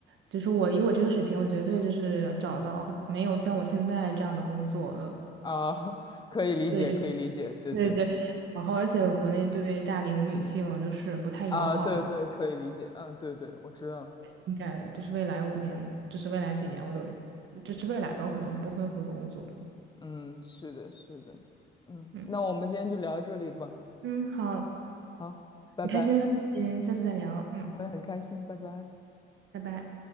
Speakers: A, on the right; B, on the left.
A: 就是我以我这个水平，我绝对就是找到没有像我现在这样的工作的。
B: 啊，<laughs> 可以理解，
A: 对这个，
B: 可以理解，对对，
A: 对对。然后，而且国内对大龄女性就是不太友好，
B: 啊，对对，可以理解，嗯，对对，我知道。
A: 应该就是未来五年，就是未来几年，我都就是未来吧，我可能不会回国工作。
B: 嗯，是的，是的，嗯，
A: 嗯
B: 那我们今天就聊到这里吧。
A: 嗯，好，
B: 好，拜拜，
A: 很开心和你今天下次再聊。嗯，
B: 我也很开心，拜拜。
A: 拜拜。